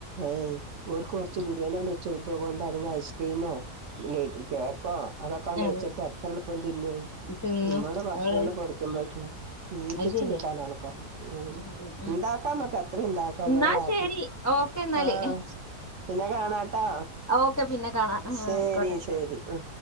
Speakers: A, on the right; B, on the left.
A: ഏയ് ഒരുർ കുറച്ച്
B: ഉം
A: ബിരിയാണിണ്ട് വെച്ചെടുത്ത കൊണ്ടെ ഐസ് ീമോ കേക്കോ അതൊക്കൊണ്ട്
B: അതെ
A: വെച്ചെടുത്ത് എത്ര പിന്നെ
B: തിന്നും
A: നിമ്മള് ഭക്ഷണ
B: അവളത്
A: കൊടുക്ക്പക്കോ തീത്തച്ച
B: അത് ശരി
A: കിട്ടാനാണ് പോ ഉ
B: ഉം ഉം
A: ഉണ്ടാക്കാംമക്ക് അത്ര ഇണ്ടാക്കാം
B: എന്നാ
A: ഇടെ മാറ്റ
B: ശരി ഓക്കെ എന്നാല്
A: ആ പിന്നെ കാണാട്ടാ
B: ഓക്കെ പിന്നെ കാണാം ആ
A: ശരി
B: ആയിക്കോട്ടെ
A: ശരി ആ